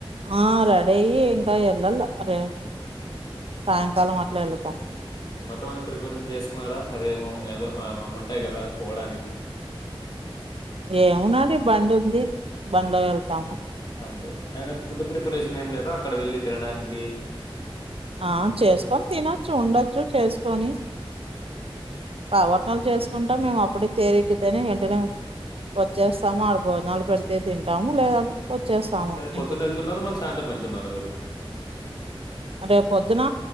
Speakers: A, on the right; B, on the left.
A: ఆ రెడీ అయి ఇంక ఎళ్లాల, రే సాయంకాలం అట్ల ఎలూతం.
B: ఉహూ మొత్తం అంతా ప్రిపరేషన్ చేసుకున్నారా, అదేమో ఏదో ఉంటాయి కదా పోవడానికి? <inaudible>
A: ఏమున్నాది, బండి ఉంది బండ్లో వెళ్తాము.
B: అంతే అ ఫుడ్ ప్రిపరేషన్
A: ఆ
B: ఏం లేదా అక్కడ వెళ్లి తినడానికి?
A: ఆ చేస్కొని తినొచ్చు, ఉండొచ్చు చేస్కొని. కావట్నలు చేసుకుంటాం మేము అప్పుడే తేరు ఎక్కితేనే ఏంటనే వచ్చేస్తాము, ఆడ భోజనాలు పెడితే తింటాము. లేదంటే వచ్చేస్తాము
B: రేప్ పొద్దున్న
A: ఇంటికి.
B: వెళ్తున్నార, మలి సాయంత్రం వెళ్తున్నారా మీరు?
A: రేపు పోద్దున